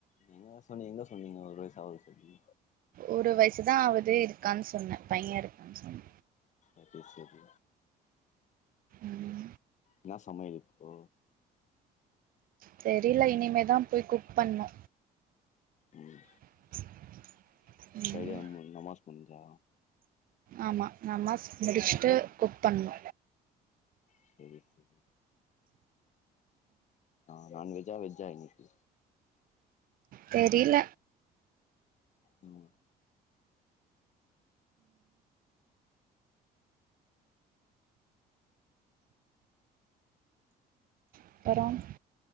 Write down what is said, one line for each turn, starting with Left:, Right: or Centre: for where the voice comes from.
Left: நீங்கதா சொன்னீங்க எங்க சொன்னீங்க ஒரு வைஸ் ஆவுது சொல்லி
Right: ஒரு வயிசுதா ஆவுது இருக்கான் சொன்ன பைய இருக் கான் சொன்ன
Left: அது சேரி
Right: ம்
Left: என்ன சமயல் இப்போ
Right: தெரில இனிமேதா போய் குக் பண்ணு
Left: ம்
Right: <inaudible>
Left: ஃரைடே
Right: ம்
Left: நம்ம நமாஸ் பண்றா
Right: ஆமா நாமஸ் முடுச்சுட்டு குக் பண்ணு
Left: சேரி சேரி ஆ நான்வெஜ்ஜா வெஜ்ஜா இன்னிக்கு
Right: தெரில
Left: ம்
Right: அப்பறோம்